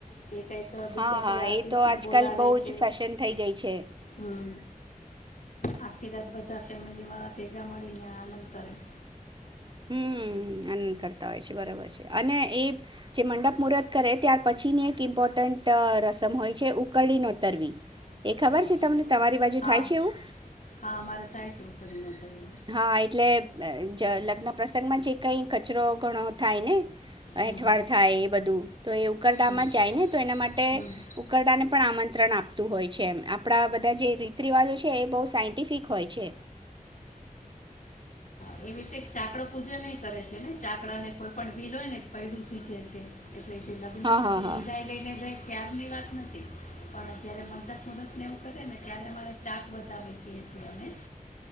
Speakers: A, on the left; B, on the right.
A: કે કઈક બીજા
B: હા હા
A: કોઈ આર્ટિસ્ટને
B: એ તો આજકાલ
A: બોલાવે
B: બહુ
A: છે.
B: જ ફેશન થઈ ગઈ છે
A: હમ્મ આખી રાત બધા ફેમિલીવાળા ભેગા મળીને આનંદ કરે.
B: હમ આનંદ કરતા હોય છે બરાબર છે, અને એ જે મંડપ મુહૂર્ત કરે ત્યાર પછીની એક ઇમ્પોર્ટન્ટ રસમ હોય છે ઉકરડી નોતરવી એ ખબર
A: હા
B: છે તમને? તમારી બાજુ
A: હા
B: થાય છે એવું
A: હા મારે થાય છે. કરી <unintelligible>
B: હા એટલે અ લગ્ન પ્રસંગમાં જે કઈ કચરો ઘણો થાય ને
A: હમ
B: એઠવાડ થાય એ બધું તો એ ઉકરડામાં
A: હમ
B: જાય ને તો એના માટે
A: હમ
B: ઉકરડા ને પણ આમં વિત્રણ આપતું હોય છે, એમ આપણા બધા જે રીત રિવાજો છે એ બહુ સાયન્ટિફિક હોય છે.
A: એવી રીતે ચાકડો પૂજે નહી કરે છે ને, ચાકડા ને કોઈ પણ ભીલ હોય ને પૈડું સીચે છે. એટલે જે લગનમા
B: હા હા
A: જે
B: હા
A: વિદાય લઈને જાય. ત્યારની વાત નથી પણ જયારે મંડપ મુહરત ને એવું કરે ને ત્યારે અમારે ચાક વધાવ છીએ અમે